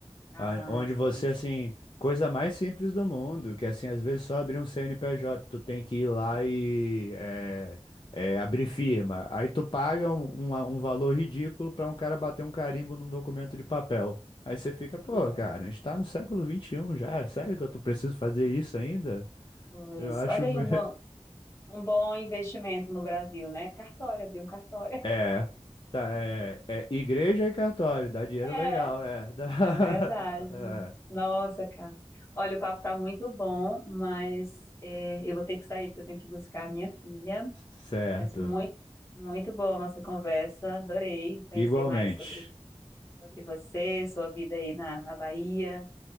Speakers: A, on the left; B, on the left.
A: ah,
B: a- onde você,
A: pois,
B: assim, coisa mais simples do mundo, que, assim, às vezes só abrir um CNPJ, tu tem que ir lá e é, é, abrir firma. Aí tu paga um, um, um valor ridículo pra um cara bater um carimbo num documento de papel. Aí você fica, pô,
A: é,
B: cara, a gente tá no século vinte e um já, é sério que eu tô preciso fazer isso ainda?
A: pois,
B: Eu acho...
A: olha
B: me-
A: aí um
B: <laughs>
A: bom, um bom investimento no Brasil, né? Cartório, abrir um cartório.
B: É, tá, é, é igreja e cartório, dá dinheiro
A: <laughs>
B: legal, é. <laughs> dá-
A: É verdade.
B: é,
A: Nossa, Carlos. Olha, o papo tá muito bom, mas é, eu vou ter que sair porque eu tenho que buscar a minha filha.
B: certo.
A: Mas muito, muito boa a nossa conversa. Adorei conhecer
B: Igualmente.
A: mais sobre, sobre você, sua vida aí na, na Bahia.